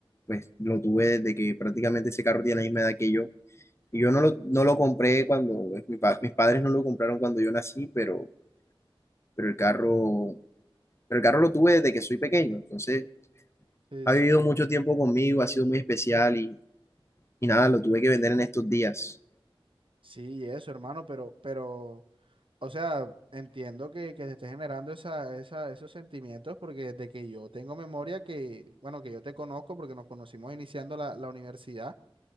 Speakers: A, on the left; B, on the right.
A: pues lo tuve desde que prácticamente ese carro tiene la misma edad que yo. Y yo no lo, no lo compré cuando, pues, mi pa- mis padres no lo compraron cuando yo nací, pero, pero el carro, pero el carro lo tuve desde que soy pequeño. Entonces,
B: sí,
A: ha
B: sí.
A: vivido mucho tiempo conmigo, ha sido muy especial y, y nada, lo tuve que vender en estos días.
B: Sí, eso, hermano, pero, pero, o sea, entiendo que, que te esté generando esa, esa, esos sentimientos, porque desde que yo tengo memoria que, bueno, que yo te conozco, porque nos conocimos iniciando la la universidad.